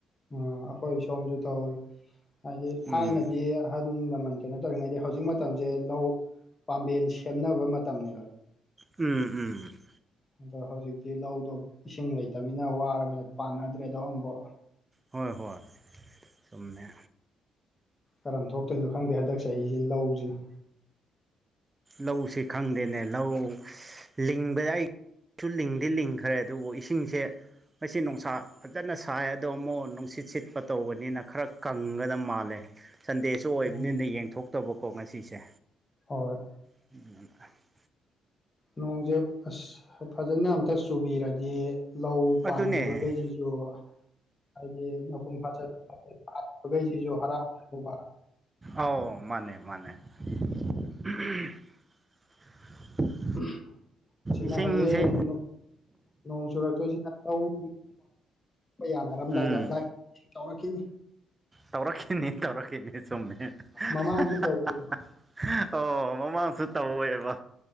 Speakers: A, on the left; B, on the right.
A: ꯎ ꯑꯩꯈꯣꯏ ꯁꯣꯝꯁꯨ ꯇꯧꯋ ꯍꯥꯏꯗꯤ
B: ꯎꯝ
A: ꯊꯥꯏꯅꯗꯤ ꯑꯍꯟ ꯂꯃꯟ ꯀꯩꯅꯣ ꯇꯧꯔꯤꯉꯩꯗꯤ ꯍꯧꯖꯤꯛ ꯃꯇꯝꯁꯦ ꯂꯧ ꯄꯥꯝꯕꯦꯟ ꯁꯦꯝꯅꯕ ꯃꯇꯝꯅꯦꯕ
B: ꯎꯝ ꯎꯝ
A: ꯑꯗꯣ ꯍꯧꯖꯤꯛꯇꯤ ꯂꯧꯗꯣ ꯏꯁꯤꯡ ꯂꯩꯇꯅꯤꯅ ꯋꯥꯔꯕꯃꯤꯅ ꯄꯥꯟꯅꯗ꯭ꯔꯦꯗꯣ ꯑꯃꯕꯨ
B: ꯍꯣꯏ ꯍꯣꯏ ꯆꯝꯃꯦ
A: ꯀꯔꯝ ꯊꯣꯛꯇꯣꯏꯅꯣ ꯈꯪꯗꯦ ꯍꯟꯗꯛ ꯆꯍꯤꯁꯤ ꯂꯧꯁꯤꯅ
B: ꯂꯧꯁꯤꯦ ꯈꯪꯗꯦꯅꯦ ꯂꯧ ꯂꯤꯡꯕꯗ ꯑꯩꯁꯨ ꯂꯤꯡꯗꯤ ꯂꯤꯡꯈ꯭ꯔꯦ ꯑꯗꯨꯕꯨ ꯏꯁꯤꯡꯁꯦ ꯃꯁꯤ ꯅꯨꯡꯁꯥ ꯐꯖꯅ ꯁꯥꯏ ꯑꯗꯣ ꯑꯃꯨꯛ ꯅꯨꯡꯁꯤꯠ ꯁꯤꯠꯄ ꯇꯧꯕꯅꯤꯅ ꯈꯔ ꯀꯪꯒꯗ ꯃꯥꯜꯂꯦ ꯁꯟꯗꯦꯁꯨ ꯑꯣꯏꯕꯅꯤꯅ
A: ꯎꯝ
B: ꯌꯦꯡꯊꯣꯛꯇꯕꯀꯣ ꯉꯁꯤꯁꯦ
A: ꯍꯣꯏ
B: <unintelligible>
A: ꯅꯣꯡꯖꯦ ꯑꯁ ꯐꯖꯅ ꯑꯝꯇ ꯆꯨꯕꯤꯔꯗꯤ ꯂꯧ ꯄꯥꯟꯒꯤꯕꯒꯩꯖꯤ
B: ꯑꯗꯨꯅꯦ
A: ꯑꯗꯨ ꯍꯥꯏꯗꯤ ꯃꯄꯨꯡ ꯐꯥꯖꯈꯩ <unintelligible> <unintelligible>
B: ꯑꯥꯎ ꯃꯥꯅꯦ ꯃꯥꯅꯦ <unintelligible>
A: <unintelligible> ꯁꯤꯅ
B: ꯏꯁꯤꯡꯁꯦ
A: ꯍꯌꯦꯡ ꯅꯣꯡ ꯆꯨꯔꯛꯇꯣꯏꯖꯤꯅ <unintelligible> ꯌꯥꯅꯔꯝꯗꯥꯏꯗꯣ
B: ꯎꯝ
A: ꯑꯗꯥꯏ ꯇꯧꯔꯛꯈꯤꯅꯤ
B: ꯇꯧꯔꯛꯈꯤꯅꯤ ꯇꯧꯔꯛꯈꯤꯅꯤ ꯆꯨꯝꯃꯦ <unintelligible>
A: ꯃꯃꯥꯡꯁꯨ ꯇꯧꯈꯤ
B: <unintelligible> ꯇꯧꯋꯦꯕ